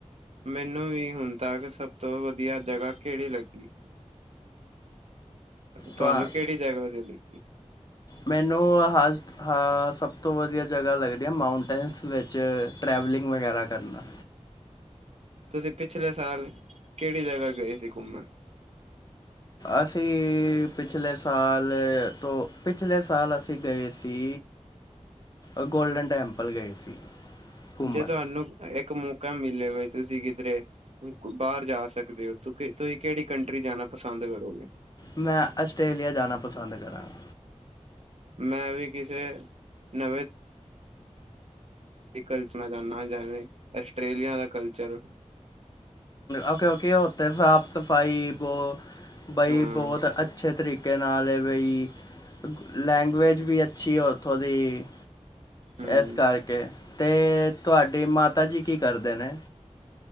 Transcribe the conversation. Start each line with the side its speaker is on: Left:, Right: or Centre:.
Right: ਮੈਨੂੰ ਵੀ ਹੁਨ ਤੱਕ ਸਬ ਤੋਂ ਵਦੀਆ ਜਗਾ ਕੇੜੀ ਲੱਗੀ ਤੁਆਨੂੰ
Left: ਤੁਹਾ
Right: ਕੇੜੀ ਜਗਾ ਵਦੀਆ ਲੱਗੀ।
Left: ਮੈਨੂੰ ਹਜ ਹਾਂ ਸਬ ਤੋਂ ਵਦੀਆ ਜਗਾ ਲੱਗਦੀ ਆ ਮਾਊਂਟੇਨਸ ਵਿੱਚ ਟਰੈਵਲਿੰਗ ਵਗੈਰਾ ਕਰਨਾ।
Right: ਤੁਸੀਂ ਪਿਛਲੇ ਸਾਲ ਕੇੜੀ ਜਗ੍ਹਾ ਗਏ ਸੀ ਘੁੰਮਣ?
Left: ਅਸੀਂ ਪਿਛਲੇ ਸਾਲ ਤੋਂ ਪਿਛਲੇ ਸਾਲ ਅਸੀਂ ਗਏ ਸ ਸੀ ਅ ਗੋਲਡਨ ਟੈਂਪਲ ਗਏ ਸੀ। ਘੁੰਮਣ
Right: ਜੇ ਤੁਹਾਨੂੰ ਇੱਕ ਮੌਕਾ ਮਿਲੇ ਬ ਤੁਸੀਂ ਕਿਧਰੇ ਬਾਰ ਜਾ ਸਕਦੇ ਹੋ ਤੁਸੀਂ ਕੇੜੀ ਕੰਟਰੀ ਜਾਣਾ ਪਸੰਦ ਕਰੋਗੇ?
Left: ਮੈਂ ਆਸਟ੍ਰੇਲੀਆ ਜਾਣਾ ਪਸੰਦ ਕਰਾਂਗਾ।
Right: ਮੈਂ ਵੀ ਕਿਸੇ ਨਵੇ ਕਲਚਨਾ ਦਾ ਨਾਲ ਜਾਵੇ ਆਸਟ੍ਰੇਲੀਆ ਦਾ ਕਲਚਰ
Left: ਓਕੇ-ਓਕੇ ਐਤੇ ਸਾਫ਼ ਸਫ਼ਾਈ ਬੋ ਬਈ
Right: ਹਾਂ
Left: ਬੋਹਤ ਅ ਅੱਛੇ ਤਰੀਕੇ ਨਾਲ ਏ ਬਈ ਲੈਂਗੁਏਜ ਵੀ ਅੱਛੀ ਐ ਉੱਥੋਂ ਦੀ।
Right: ਹੂੰ।
Left: ਏਸ ਕਰਕੇ, ਤੇ ਤੁਹਾਡੀ ਮਾਤਾ ਜੀ ਕੀ ਕਰਦੇ ਨੇ?